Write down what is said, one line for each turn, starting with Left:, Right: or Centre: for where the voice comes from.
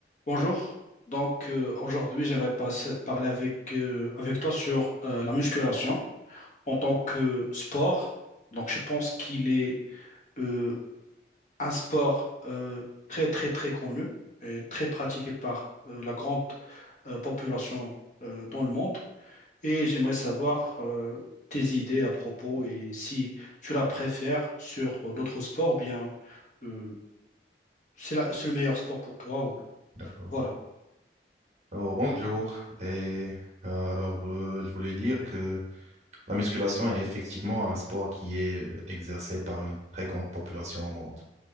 Left: Bonjour. Donc euh, aujourd'hui, j'aimerais passer- parler avec, euh, avec toi sur euh, la musculation en tant que sport. Donc je pense qu'il est euh, un sport euh, très très très connu et très pratiqué par euh, la grande euh, population euh, dans le monde. Et j'aimerais savoir euh, tes idées à propos et si tu la préfères sur euh, d'autres sports ou bien euh, c'est la- c'est le meilleur sport pour toi ou
Right: D'accord.
Left: voilà.
Right: Alors, bonjour. Et euh, alors, euh, je voulais dire que la musculation est effectivement un sport qui est euh, exercé par une très grande population au monde.